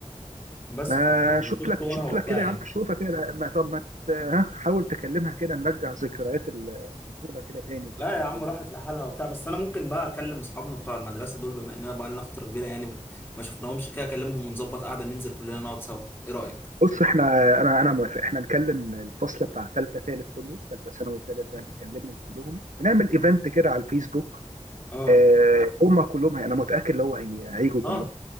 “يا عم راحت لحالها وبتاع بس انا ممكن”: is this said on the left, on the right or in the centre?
Left